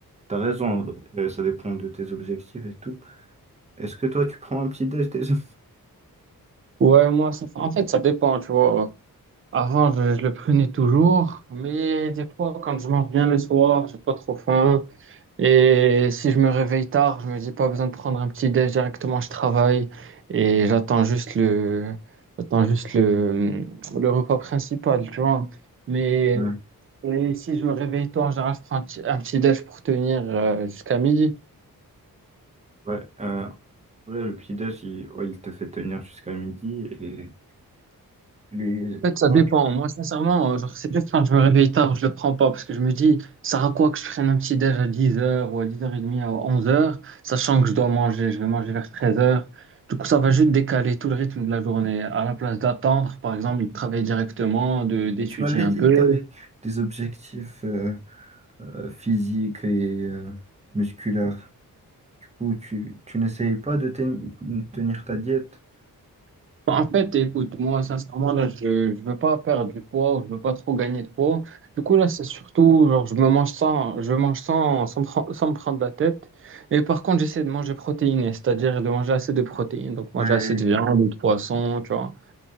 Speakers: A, on the right (about 20°); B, on the right (about 35°).
A: t'as raison, euh, ça dépend de tes objectifs et tout. Est-ce que toi, tu prends un petit-déj déjà?
B: Ouais, moi, ça- en fait, ça dépend, tu vois. Avant, je, je le prenais toujours, mais des fois, quand je mange bien le soir, j'ai pas trop faim, Et si je me réveille tard, je me dis pas besoin de prendre un petit déj directement, je travaille et j'attends juste le, j'attends juste le, le repas principal, tu vois. Mais
A: Mm.
B: et si je me réveille tard, en général, je prends un petit, un petit déj pour tenir euh, jusqu'à midi.
A: Ouais, euh, Ouais, le petit-déj, il, ouais, il te fait tenir jusqu'à midi et les...
B: En fait, ça
A: Ah,
B: dépend. Moi, sincèrement, euh, genre, c'est juste quand je me réveille tard, je le prends pas parce que je me dis, ça sert à quoi que je prenne un petit déj à 10h ou à 10h30 à 11h, sachant que je dois manger, je vais manger vers 13h. Du coup, ça va juste décaler tout le rythme de la journée. À la place d'attendre, par exemple, de travailler directement, de d'étudier
A: tu m'avais
B: un
A: dit
B: peu.
A: que tu avais des objectifs euh, euh, physiques et euh, musculaires. Du coup, tu, tu n'essayes pas de ten- tenir ta diète?
B: Bon, En fait, écoute, moi, sincèrement, là, je ne veux pas perdre du poids, je veux pas trop gagner de poids. Du coup, là, c'est surtout, genre, je me mange sans, je mange sans, sans, me pren- sans me prendre la tête. Et par contre, j'essaie de manger protéiné, c'est-à-dire de manger assez de protéines. Donc,
A: Ouais,
B: manger assez de viande ou de poisson, tu vois.